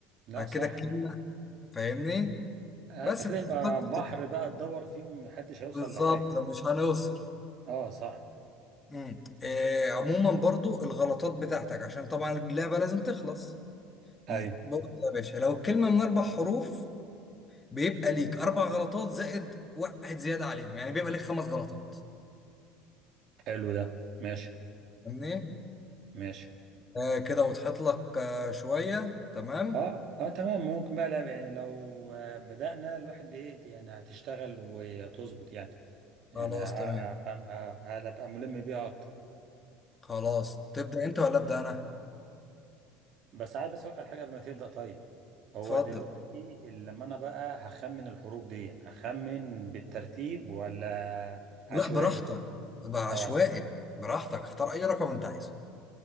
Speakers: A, on the right (about 55°); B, on the left (about 20°).
A: لا
B: بعد
A: صح
B: كده الكلمة فاهمني
A: آه،
B: بس
A: ده كده
B: في
A: يبقى
B: نطاق
A: بحر
B: كده.
A: بقى تدور فيهم محدش هيوصل
B: بالظبط
A: لحاجة
B: مش هنوصل
A: اه صح
B: مم. إيه عموما برضو الغلطات بتاعتك عشان طبعا اللعبة لازم تخلص ي-
A: ايوه
B: برضو يا باشا لو الكلمة من أربع حروف بيبقى ليك أربع غلطات زائد واحد زيادة عليهم يعني بيبقى ليك خمس غلطات
A: حلو ده ماشي
B: فاهمني
A: ماشي
B: آه كده وضحت لك آه شوية تمام
A: اه اه تمام ممكن بقى لا يعني لو آه، بدأنا الواحد ايه يعني هتشتغل وتظبط يعني يعني
B: خلاص
A: ه-
B: تمام
A: هفهم- ه- هبقى ملم بيها اكتر
B: خلاص تبدأ أنت ولا أبدأ أنا
A: بس عايز بس اوقع على حاجة قبل ما تبدأ طيب هو
B: اتفضل
A: دلوقتي لما انا بقى هخمن الحروف دي هخمن بالترتيب ولا عشوائي؟
B: لا براحتك بقى
A: اه
B: عشوائي براحتك اختار اي رقم انت عايزه